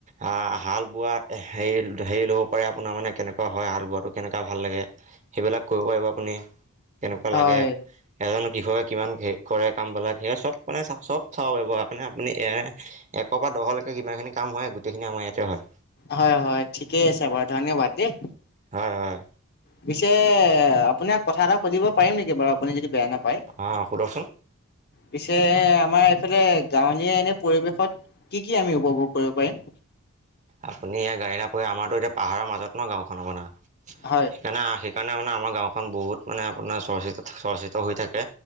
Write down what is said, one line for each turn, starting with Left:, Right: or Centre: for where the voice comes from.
Right: আ হাল বোৱা সেই সেই লব প আপোনাৰ মানে কেনেকুৱা হয়। হাল বোৱাটো কেনেকুৱা ভাল লাগে? সেইবিলাক কৰিব পাৰিব আপুনি। কেনেকুৱা
Left: হয়
Right: লাগে এজন। কৃষকে কিমান হে কৰে কামবিলাক সেয়া চব মানে চা চব চাব পাৰিব মানে আপুনি এক'বাত দহৰলৈকে কিমান খিনি কাম হয় গোটেইখিনি আমাৰ ইয়াতে হয়।
Left: হয় হয় ঠিকেই আছে বাৰু ধন্যবাদ দেই।
Right: হয় হয়
Left: পিছে আপোনাক কথা এটা সুধিব পাৰিম নেকি বাৰু আপুনি যদি বেয়া নাপায়
Right: অ সুধকচোন।
Left: পিছে আমাৰ এইফালে গাঁৱলীয়া এনে পৰিৱেশত কি কি আমি উপভোগ কৰিব পাৰিম।
Right: আপুনি ইয়াত গাড়ী নাপাৰে আমাৰতো এতিয়া পাহাৰৰ মাজত নহ গাঁওখন মানে সেইকাৰণে
Left: হয়
Right: সেইকাৰণে মানে আমাৰ গাঁওখন বহুত মানে আপোনাৰ চৰ্চিত চৰ্চিত হৈ থাকে।